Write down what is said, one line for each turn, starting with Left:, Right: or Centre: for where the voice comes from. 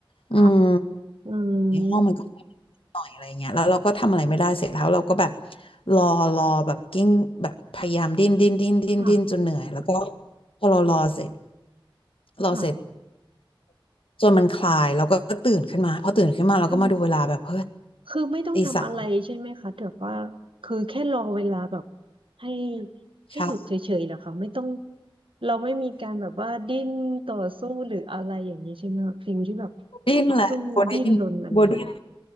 Left: อืม
Right: ค่ะอืม
Left: ในห้องมันก็หน่อยอะไรเงี้ยแล้วเราก็ทำอะไรไม่ได้เสร็จแล้วเราก็แบบรอรอแบบกิ้งแบบพยายามดิ้นดิ้นดิ้นดิ้นดิ้นจนเหนื่อยแล้วก็
Right: ค่ะ
Left: พอเรารอเสร็จรอเสร็จ
Right: ค่ะ
Left: จนมันคลายเราก็ตื่นขึ้นมาพอตื่นขึ้นมาเราก็มาดูเวลาแบบเฮ้ย
Right: ทำคือไม่ต้องทำอะไรใช่ไหมคะแต่ว่า
Left: ตีสาม
Right: คือแค่รอเวลาแบบให้ให้หลุดเฉยๆเหรอคะไม่ต้อง
Left: เช้า
Right: เราไม่มีการแบบว่าดิ้นต่อสู้หรืออะไรอย่างนี้ใช่ไหมคะสิ่งที่แบบ
Left: <laughs> ดิ้นแหละโบดิ้นโบดิ้น
Right: สู้ดิ้นรนอะไรอย่างนี้